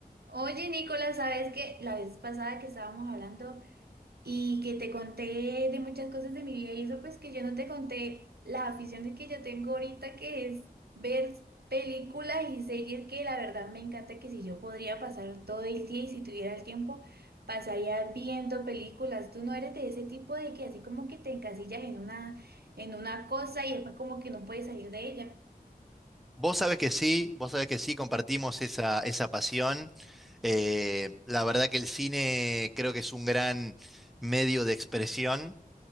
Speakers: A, on the right; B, in the centre.
A: Oye, Nicolás, ¿sabes que La vez pasada que estábamos hablando y que te conté de muchas cosas de mi vida y eso, pues que yo no te conté las aficiones que yo tengo ahorita, que es ver películas y series que la verdad me encanta, que si yo podría pasar todo el día y si tuviera el tiempo, pasaría viendo películas. Tú no eres de ese tipo de que así como que te encasillas en una, en una cosa y después como que no puedes salir de ella.
B: Vos sabés que sí, vos sabés que sí, compartimos esa, esa pasión. Eh, la verdad que el cine creo que es un gran medio de expresión